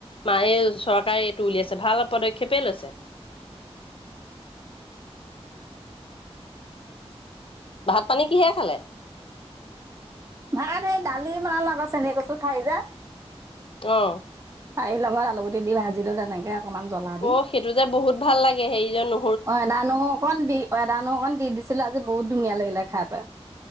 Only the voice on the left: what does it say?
মাও এই চৰকাৰে এইটো উলিয়াইছে, ভাল পদক্ষেপ লৈছে। ভাত, পানী কিহেৰে খালে?
অঁ!
অ সেইটো যে বহুত ভাল লাগে, হেৰি যে নো